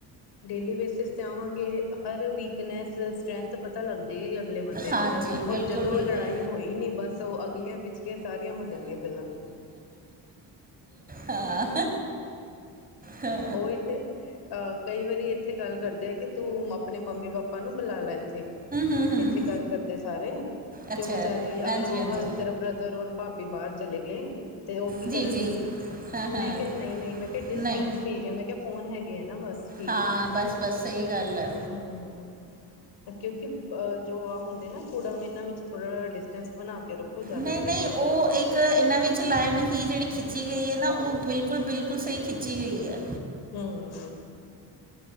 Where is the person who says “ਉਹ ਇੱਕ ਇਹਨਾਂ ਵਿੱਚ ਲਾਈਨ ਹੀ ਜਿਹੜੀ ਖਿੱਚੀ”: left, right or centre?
Right